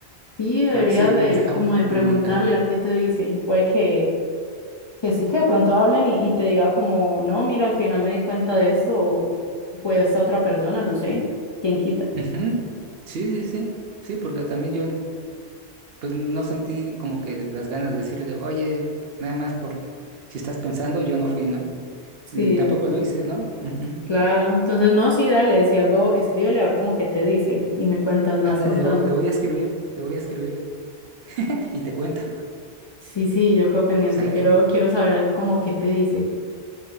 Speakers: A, on the left (about 40°); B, on the right (about 70°).
A: Sí, deberías
B: porque sí nos
A: de
B: dejamos
A: como
B: de
A: de
B: comunicar.
A: preguntarle a ver qué te dice. Puede que, que sí, que de pronto hablen y, y te diga como, no, mira, al final me di cuenta de esto o fue esta otra persona, no sé, quién quita.
B: Ujú. Sí, sí, sí. Sí, porque también yo, pues no sentí como que las ganas de decirle, oye, nada más por si estás pensando, yo no fui, ¿no?
A: Sí,
B: L- Tampoco lo hice, ¿no? Ujú.
A: Claro, entonces no, sí, dale, si algo, escríbele a ver como que te dice y me cuentas, me
B: Anda,
A: vas contando.
B: le voy le voy a escribir, le voy a escribir <laughs> y te cuento.
A: Sí, sí, yo quedo pendiente,
B: <laughs> Sale.
A: quiero, quiero saber como qué te dice.